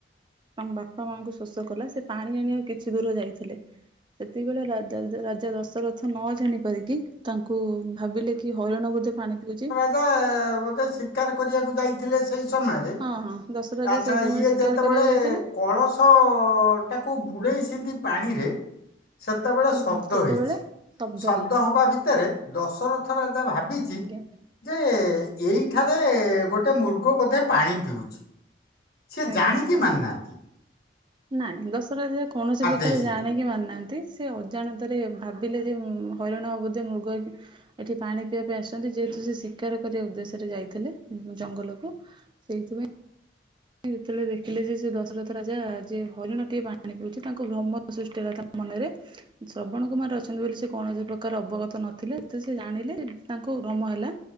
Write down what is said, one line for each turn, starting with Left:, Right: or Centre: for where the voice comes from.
Right: ତାଙ୍କ ବାପା ମାଙ୍କୁ ଶୋଷ କଲା, ସେ ପାଣି ଆଣିବାକୁ କିଛି ଦୂର ଯାଇଥିଲେ। ସେତିକିବଳେ ରାଜା-ରାଜା ଦଶରଥ ନ ଜାଣି ପାରିକି ତାଙ୍କୁ ଭାବିଲେ କି କି ହାରିଣ ବୋଧେ ପାଣି ପିଉଚି।
Left: ତ ବୋଧେ ଶିକାର କରିବାକୁ ଯାଇଥିଲେ ସେଇ ସମୟରେ।
Right: ହଁ ହଁ ଦଶରାଜା
Left: ଆଚ୍ଛା
Right: ସେଇ ସମୟରେ
Left: ଇଏ
Right: ଶିକାର
Left: ଯେତେବଳେ
Right: କରିବାକୁ ଯାଇଥିଲେ
Left: କଳସ ତ ତାକୁ ବୁଡ଼େଇ ଛିନ୍ତି ପାଣିରେ ସେତେବେଳେ
Right: ହୁଁ
Left: ଶବ୍ଦ
Right: ସେତେବେଳେ
Left: ହେଇଛି, ଶବ୍ଦ
Right: ହେଲା
Left: ହବା ଭିତରେ ଦଶର <unintelligible> ଭାବିଚି
Right: ଆଜ୍ଞା
Left: ଯେ ଏଇଠାରେ ଗୋଟେ ମୃଗ ବୋଧେ ପାଣି ପିଉଛି। ସେ ଜାଣିକି
Right: ଆଜ୍ଞା ଆଜ୍ଞା।
Left: ମାନି ନାହାଁନ୍ତି।
Right: ନାଇଁ ଦଶହରା ଅଜା କୌଣସି ପ୍ରକାର
Left: ଦେଇଛନ୍ତି
Right: ଜାଣି କି ମାରି ନାହା ନ୍ତି ସେ ଅଜାଣତରେ ଭାବିଲେ ଯେ ହରିଣ ବୋଧେ ମୃଗ ହେଇକି। ଏଠି ପାଣି ପିଇବା ପାଇଁ ଆସିଛନ୍ତି। ଯେହେତୁ ସେ ଶିକାର କରିବା ଉଦ୍ଦେଶ୍ୟରେ ଯାଇଥିଲେ ଜଙ୍ଗଲକୁ। ସେଇଥିପାଇଁ ଯେତେବେଳେ ଦେଖିଲେ ଯେ ସେ ଦଶରଥ ରାଜା ଯେ ହରିଣ ଟେ ପାଣି ପିଉଛି ତାଙ୍କୁ ଭ୍ରମ ସୃଷ୍ଟି ହେଲା ତାଙ୍କ ମନରେ। ଶ୍ରବଣ କୁମାର ଅଛନ୍ତି ବୋଲି ସେ କୌଣସି ପ୍ରକାର ଅବଗତ ନଥିଲେ। ଯେତେବେଳେ ଜାଣିଲେ ତାଙ୍କୁ ଭ୍ରମ ହେଲା